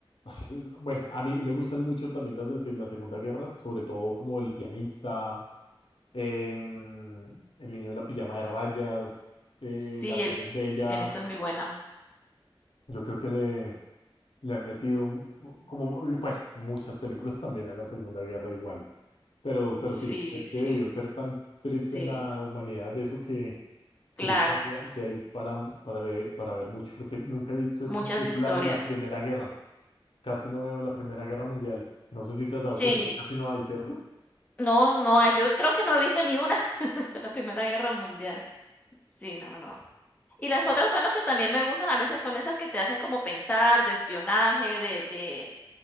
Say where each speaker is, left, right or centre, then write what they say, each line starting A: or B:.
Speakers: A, on the left; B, on the left.
A: <laughs> Bueno, a mí me gustan mucho también las de la Segunda Guerra, sobre todo como El pianista, em, El niño de la pijama de rayas, eh,
B: Sí,
A: La
B: el
A: vida es bella.
B: pianista es muy buena.
A: Yo creo que le, Le han metido mu- como, bueno, muchas películas también a la Segunda Guerra igual. Pero, pero
B: Sí,
A: sí, es
B: sí,
A: que debió ser tan
B: sí,
A: triste en la humanidad eso que, que
B: claro,
A: yo creo que que hay para, para, leer- para ver mucho. Lo que nunca he visto es
B: muchas
A: una película
B: historias.
A: de la Primera Guerra. Casi no veo la Primera Guerra Mundial. No sé si te has dado
B: sí,
A: cuenta, casi no hay, ¿cierto?
B: no, no hay, yo creo que no he visto ni una <laughs> de la Primera Guerra Mundial. Sí, no, no. Y las otras, bueno, que también me gustan a veces son esas que te hacen como pensar, de espionaje, de de